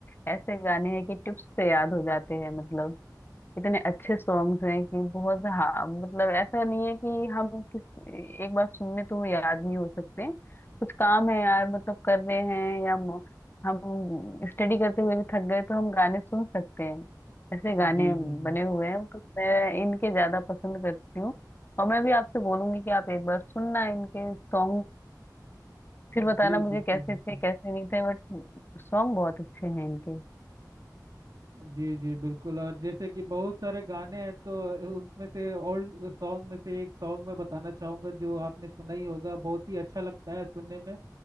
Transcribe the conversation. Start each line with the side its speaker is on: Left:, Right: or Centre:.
Left: ऐसे गाने हैं कि टिप्स पे याद हो जाते हैं मतलब इतने अच्छे सॉन्ग्स हैं कि बहुत हाँ मतलब ऐसा नहीं है कि हम किस एक बार सुनने तो वो याद नहीं हो सकते कुछ काम है यार मतलब कर रहे हैं या म- हम स्टडी करते हुए भी थक गए तो हम गाने सुन सकते हैं ऐसे गाने
Right: जी जी जी
Left: बने हुए हैं तो मैं इनके ज्यादा पसंद करती हूँ और मैं भी आपसे बोलूंगी कि आप एक बार सुनना इनके सॉन्ग फिर बताना
Right: जी
Left: मुझे
Right: बिल्कुल
Left: कैसे
Right: बिल्कुल
Left: थे कैसे नहीं थे बट सॉन्ग बहुत अच्छे हैं इनके
Right: जी जी बिल्कुल और जैसे कि बहुत सारे गाने हैं तो उसमें से ओल्ड सॉन्ग में से एक सॉन्ग मैं बताना चाहूंगा जो आपने सुना ही होगा बहुत ही अच्छा लगता है सुनने में